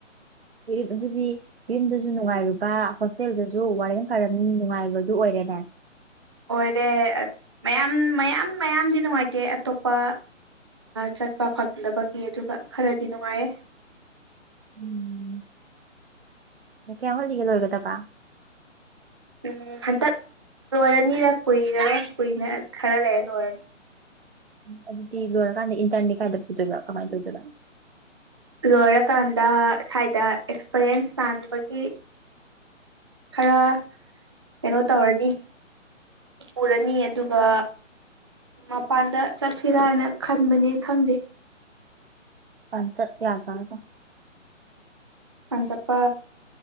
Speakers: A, on the right; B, on the right.
A: ꯑꯗꯨꯗꯤ ꯌꯨꯝꯗꯁꯨ ꯅꯨꯡꯉꯥꯏꯔꯨꯕ ꯍꯣꯁꯇꯦꯜꯗꯁꯨ ꯋꯥꯔꯗꯦꯟ ꯐꯔꯅꯤꯅ ꯅꯨꯡꯉꯥꯏꯕꯗꯨ ꯑꯣꯏꯔꯦ <inaudible>
B: ꯑꯣꯏꯔꯦ ꯃꯌꯥꯝ ꯃꯌꯥꯝ ꯃꯌꯥꯝꯗꯤ ꯅꯨꯡꯉꯥꯏꯇꯦ ꯑꯇꯣꯞꯄ ꯆꯠꯄ ꯐꯪꯗꯕꯒꯤ ꯑꯗꯨꯒ ꯈꯔꯗꯤ ꯅꯨꯡꯉꯥꯏꯌꯦ
A: ꯎꯝ ꯀꯌꯥꯝ ꯋꯥꯠꯂꯤꯒꯦ ꯂꯣꯏꯒꯗꯕ
B: ꯎꯝ ꯍꯟꯇꯛ ꯂꯣꯏꯔꯅꯤꯗ ꯀꯨꯏꯔꯔꯣꯏ ꯈꯔ ꯂꯩꯔ ꯂꯣꯏꯔꯅꯤ
A: ꯎ ꯑꯗꯨꯗꯤ ꯂꯣꯏꯔꯀꯥꯟꯗ ꯏꯟꯇ꯭ꯔꯟꯗꯤ ꯀꯥꯏꯗ ꯄꯨꯗꯣꯏꯕ ꯀꯥꯃꯥꯏꯅ ꯇꯧꯗꯣꯏꯕ
B: ꯂꯣꯏꯔꯀꯥꯟꯗ ꯁ꯭ꯋꯥꯏꯗ ꯑꯦꯛꯁꯄꯔꯤꯌꯦꯟꯁ ꯇꯥꯟꯕꯒꯤ ꯈꯔ ꯀꯩꯅꯣ ꯇꯧꯔꯅꯤ ꯄꯨꯔꯅꯤ ꯑꯗꯨꯒ ꯃꯄꯥꯟꯗ ꯆꯠꯁꯤꯔꯥꯅ ꯈꯟꯕꯅꯦ ꯈꯪꯗꯦ
A: ꯄ ꯆ ꯌꯥꯗ ꯃꯥꯉꯗ
B: ꯀꯟ ꯆꯄ